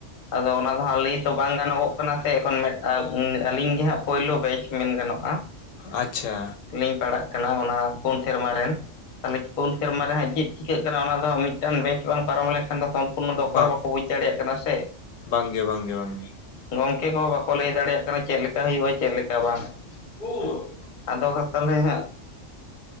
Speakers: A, on the left (about 45°); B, on the left (about 85°).
A: ᱟᱫᱚ ᱚᱱᱟ ᱫᱚ ᱦᱟᱸᱜ ᱞᱟᱹᱭ ᱛᱚ ᱵᱟᱝ ᱜᱟᱱᱚᱜᱚᱜ ᱠᱟᱱᱟ ᱥᱮ ᱮᱠᱷᱚᱱ ᱢᱮᱜᱴᱟᱝ ᱩᱸ ᱟᱹᱞᱤᱧ ᱜᱮ ᱦᱟᱸᱜ ᱯᱳᱭᱞᱳ ᱵᱮᱪ ᱢᱮᱱ ᱜᱟᱱᱚᱜ-ᱟ᱾
B: ᱟᱪᱪᱷᱟ᱾
A: ᱞᱤᱧ ᱯᱟᱲᱟᱜ ᱠᱟᱱᱟ ᱚᱱᱟ ᱯᱩᱱ ᱥᱮᱨᱢᱟ ᱨᱮᱱ᱾ <unintelligible> ᱯᱩᱱ ᱥᱮᱨᱢᱟ ᱨᱮ ᱦᱟᱸᱜ ᱪᱤᱫ ᱪᱤᱠᱟᱹᱜ ᱠᱟᱱᱟ ᱚᱱᱟ ᱫᱚ ᱦᱟᱸᱜ ᱢᱤᱫᱴᱟᱱ ᱵᱮᱪ ᱵᱟᱝ ᱯᱟᱨᱚᱢ ᱞᱮᱠᱷᱟᱱ ᱫᱚ‌ ᱠᱚᱢᱼᱼ ᱩᱱ ᱫᱚ ᱚᱠᱚᱭ
B: ᱵᱟᱝ
A: ᱦᱚᱸ ᱵᱟᱠᱚ ᱵᱩᱡᱽ ᱫᱟᱲᱮᱭᱟᱜ ᱠᱟᱱᱟ ᱥᱮ᱾
B: ᱵᱟᱝᱜᱮ ᱵᱟᱝᱜᱮ ᱵᱟᱝᱜᱮ
A: ᱜᱚᱝᱠᱮ ᱠᱚᱦᱚᱸ ᱵᱟᱠᱚ ᱞᱟᱹᱭ ᱫᱟᱲᱮᱭᱟᱜ ᱠᱟᱱᱟ ᱪᱮᱫ ᱞᱮᱠᱟ ᱦᱩᱭᱩᱜ-ᱟ ᱪᱮᱜ ᱞᱮᱠᱟ ᱵᱟᱝ᱾ <unintelligible> ᱟᱫᱚ ᱠᱟ ᱛᱟᱞᱮ ᱦᱟᱸᱜ